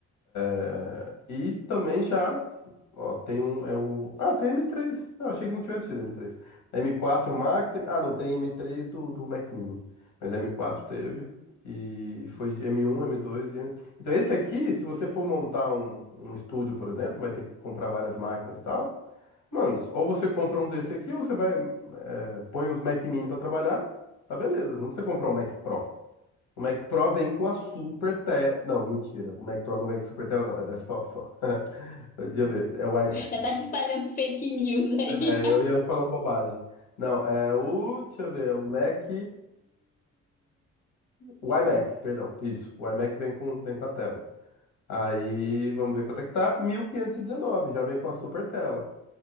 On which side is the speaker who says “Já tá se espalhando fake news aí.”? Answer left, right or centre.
Left